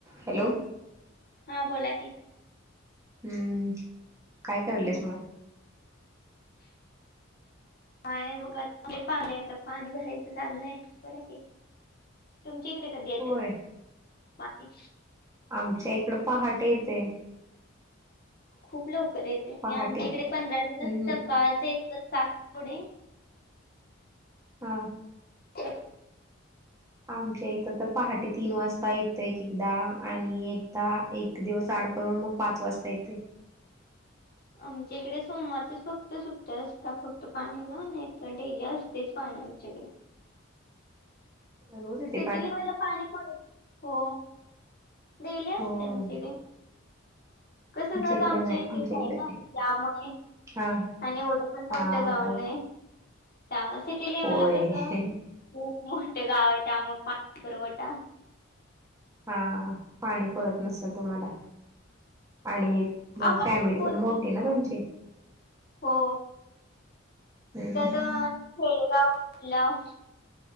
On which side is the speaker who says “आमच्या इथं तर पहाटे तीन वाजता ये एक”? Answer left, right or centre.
Right